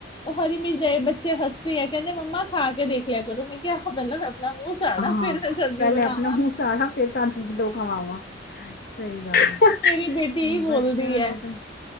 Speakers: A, on the left; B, on the left.
A: ਉ ਹਰੀ ਮਿਰਚ ਏ ਬੱਚੇ ਹੱਸਦੇ ਏ, ਕੈਂਦੇ ਮੰਮਾ ਖਾ ਕੇ ਦੇਖ ਲਿਆ ਕਰੋ ਮੈਂ ਕਿਹਾ ਆਹੋ ਪੈਲਾਂ ਮੂੰ ਸਾੜਾ
B: ਹਾਂ
A: ਫੇਰ ਮੈਂ ਸਬਜ਼ੀ
B: ਪਹਿਲੇ
A: ਬਨਾਵਾਂ
B: ਆਪਣਾ ਮੂੰਹ ਸਾੜਾ ਫਿਰ ਤੁਹਾਨੂੰ ਦੋ ਖਵਾਵਾਂ ਸਹੀ ਗੱਲ ਹੈ
A: ਮੇਰੀ ਬੇਟੀ ਏਈ ਬੋਲਦੀ
B: ਬੱਚਿਆਂ
A: ਐ।
B: ਦੇ ਤਾਂ